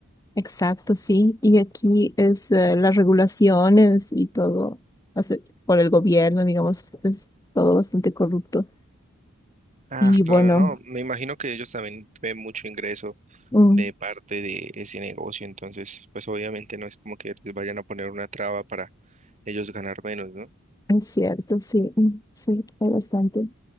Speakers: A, on the left (about 15°); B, on the right (about 35°).
A: Exacto, sí. Y aquí es eh, las regulaciones y todo, o sea, por el gobierno, digamos, es todo bastante corrupto.
B: Ah,
A: Y bueno,
B: claro, no. Me imagino que ellos también ven mucho ingreso
A: mm,
B: de parte de ese negocio. Entonces, pues obviamente no es como que les vayan a poner una traba para ellos ganar menos, ¿no?
A: es cierto, sí, mm, sí, hay bastante.